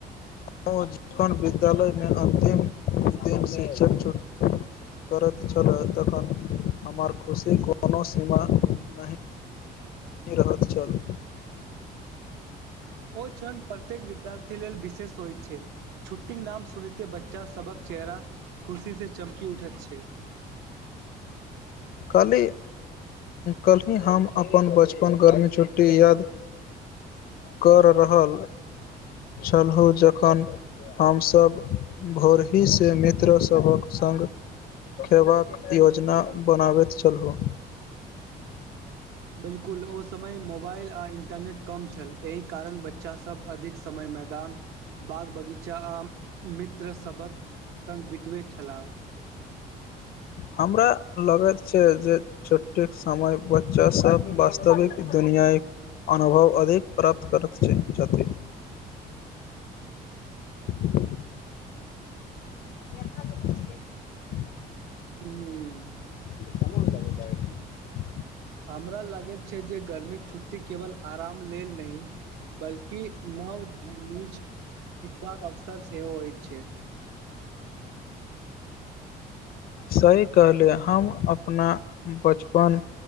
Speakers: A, on the left; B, on the right.
A: आओ <unintelligible> <unintelligible> विद्यालयमे अन्तिम दिन शिक्षक छूट करत छलह तखन हमर खुशी कोनो सीमा नहि रहत छल
B: ओ क्षण प्रत्येक विद्यार्थी लेल विशेष होइ छै छुट्टी नाम सुनेते बच्चा सबहक चेहरा खुशी से चमकी उठैत छै
A: कल्ली कलहि हम अपन बचपन गर्मी छुट्टी याद कर रहल छलहु जखन हम सब भोरहिसे मित्र सबहक संग खेबाक योजना बनाबैत छलहो
B: बिल्कुल ओ समय मोबाइल आ इंटरनेट कम छल एहि कारण बच्च- बच्चा सब अधिक समय मैदान बाग बगी चा आम मित्र सबक संग बीतबैत छलाह
A: हमरा लगैत छै जे छुट्टिक समय बच्चा सब वास्तविक दुनियाईक अनुभव अधिक प्राप्त करत छैथ छथि <inaudible> <unintelligible>
B: हूँ
A: कमोन <unintelligible>
B: हमरा लगैत छै जे गर्मीक छुट्टी केवल आराम लेल नही बल्कि नव जीवनी छी सिखबाक अवसर सेहो होय छै
A: सही कहले हम अपना बचपन